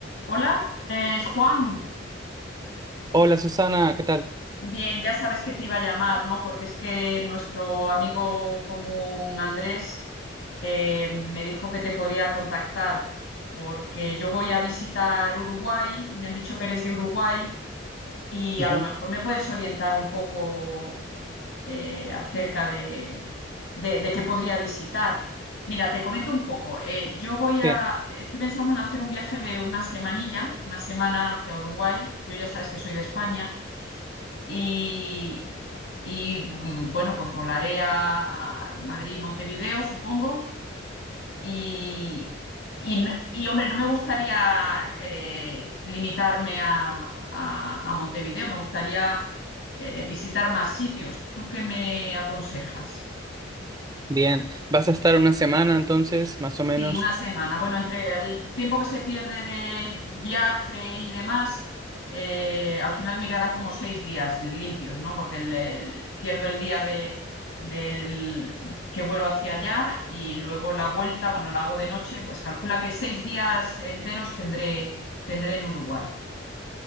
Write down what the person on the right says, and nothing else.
Hola Susana, ¿qué tal?
Ujú,
Sí,
bien. ¿Vas a estar una semana entonces, más o menos?